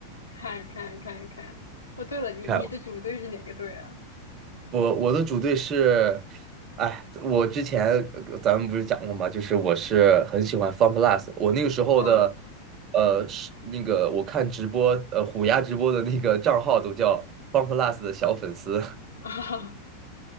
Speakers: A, on the left; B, on the right.
A: 看看看看。哦，对了，你你的主队是哪个队啊？
B: 看。我我的主队是，哎，我之前呃咱们不是讲过吗？就是我是很喜欢 FunPlus，我那个时候的，
A: 嗯，
B: 呃，是那个我看直播，呃，虎牙直播的那个账号都叫 FunPlus 的小粉丝。<laughs>
A: 哦